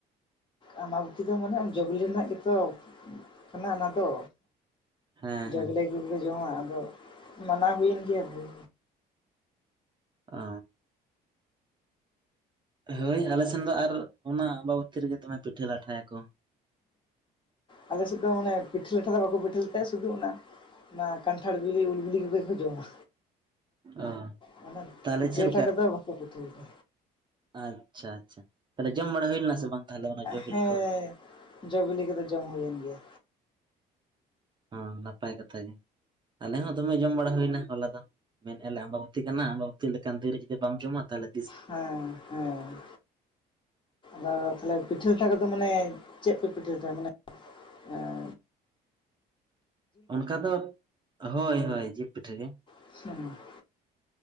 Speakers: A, on the left; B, on the right.
A: ᱟᱢᱵᱟᱵᱩᱛᱤ ᱫᱚ ᱢᱟᱱᱮ ᱡᱚᱵᱤᱞᱤ ᱨᱮᱱᱟᱜ ᱜᱮᱛᱚ ᱠᱟᱱᱟ ᱚᱱᱟ ᱫᱚ
B: ᱦᱮᱸ
A: ᱡᱚᱵᱤᱞᱮ
B: ᱦᱮᱸ
A: ᱠᱚᱜᱮ ᱠᱚ ᱡᱚᱢᱟ ᱟᱫᱚ ᱢᱟᱱᱟᱣ ᱦᱩᱭᱮᱱ ᱜᱮᱭᱟ ᱵᱷᱟᱹᱭ
B: ᱚ ᱦᱳᱭ ᱟᱞᱮ ᱥᱮᱱ ᱫᱚ ᱟᱨ ᱚᱱᱟ ᱟᱵᱟᱵᱩᱛᱤ ᱨᱮᱜᱮ ᱫᱚᱢᱮ ᱯᱤᱴᱷᱟᱹ ᱞᱟᱴᱷᱟᱭᱟᱠᱚ
A: ᱟᱞᱮ ᱥᱮᱫ ᱫᱚ ᱚᱱᱮ ᱯᱤᱴᱷᱟᱹ ᱞᱟᱴᱷᱟ ᱫᱚ ᱵᱟᱠᱚ ᱯᱤᱴᱷᱟᱹ ᱞᱟᱴᱷᱟᱭᱟ ᱥᱩᱫᱩ ᱚᱱᱟ ᱚᱱᱟ ᱠᱟᱱᱴᱷᱟᱲ ᱵᱤᱞᱤ ᱩᱞ ᱵᱤᱞᱤ ᱠᱚᱜᱮ ᱠᱚ ᱡᱚᱢᱟ
B: ᱚ
A: ᱢᱟᱱᱮ
B: ᱛᱟᱦᱚᱞᱮ
A: ᱯᱤᱴᱷᱟᱹ
B: ᱪᱮᱫ
A: ᱞᱟᱴᱷᱟ ᱠᱚᱫᱚ ᱵᱟᱯᱮ ᱯᱤᱴᱷᱟᱹᱭᱟ
B: ᱟᱪᱷᱟ ᱟᱪᱷᱟ ᱛᱟᱦᱚᱞᱮ ᱡᱚᱢ ᱵᱟᱲᱟ ᱦᱩᱭ ᱞᱮᱱᱟ ᱥᱮ ᱵᱟᱝ ᱛᱟᱦᱚᱞᱮ ᱚᱱᱟ ᱡᱚ
A: ᱦᱮᱸ
B: ᱵᱤᱞᱤ ᱠᱚ
A: ᱡᱚ ᱵᱤᱞᱤ ᱠᱚᱫᱚ ᱡᱚᱢ ᱦᱩᱭᱮᱱ ᱜᱮᱭᱟ
B: ᱦᱚᱸ ᱱᱟᱯᱟᱭ ᱠᱟᱛᱷᱟ ᱜᱮ ᱟᱞᱮ ᱦᱚᱸ ᱫᱚᱢᱮ ᱡᱚᱢ ᱵᱟᱲᱟ ᱦᱩᱭᱱᱟ ᱦᱚᱞᱟ ᱫᱚ ᱢᱮᱱ ᱮᱫᱼᱟᱞᱮ ᱟᱢᱵᱟᱵᱚᱛᱤ ᱠᱟᱱᱟ ᱟᱢᱵᱟᱵᱚᱛᱤ ᱞᱮᱠᱟᱱ ᱫᱤᱨᱮ ᱡᱩᱫᱤ ᱵᱟᱢ ᱡᱚᱢᱟ ᱛᱟᱦᱞᱮ
A: ᱦᱮᱸ ᱦᱮᱸ ᱟᱫᱚ ᱛᱟᱦᱞᱮ ᱯᱤᱴᱷᱟᱹ ᱞᱟᱴᱷᱟ ᱠᱚᱫᱚ ᱢᱟᱱᱮ ᱪᱮᱫ ᱯᱮ ᱯᱤᱴᱷᱟᱹ ᱞᱟᱴᱷᱟ ᱢᱟᱱᱮ ᱮᱸ
B: ᱚᱱᱠᱟ ᱫᱚ ᱦᱳᱭ ᱦᱳᱭ ᱡᱤᱞ ᱯᱤᱴᱷᱟᱹ ᱜᱮ
A: <unintelligible>